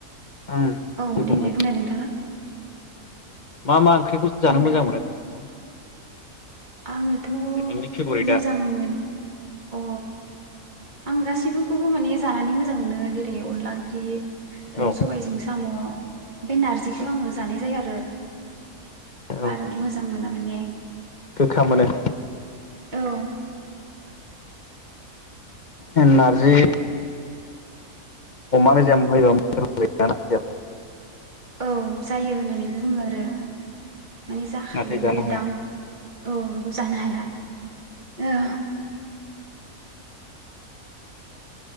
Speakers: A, on the left (about 35°); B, on the right (about 30°).
A: उम
B: औ
A: दे बुंलाय
B: देनाय बुंनाय नोंथाङा
A: मा मा ओंख्रिखौ जानो
B: नोंथां
A: मोजां मोनो
B: <inaudible> आङोथ
A: नोंनि फेभरिटआ
B: मोजां मोन अ आं गासैखौबो माने जानानै मोजां मोनो जेरै अनला ओंख्रि
A: औ
B: सबायजों साम बे नारजिखौ आङो जानाय जाया आरो
A: औ
B: बारा मोजां मोना माने
A: गोखा मोनो‌।
B: औ
A: नारजि अमा मेजेम होयोबो गोथाव जायोना नारजियाबो।
B: औ जायो होननानै बुङो आरो माने जाखायोबो
A: नाथाय जानो हाया
B: दां औ बेखौ जानो हाया औ।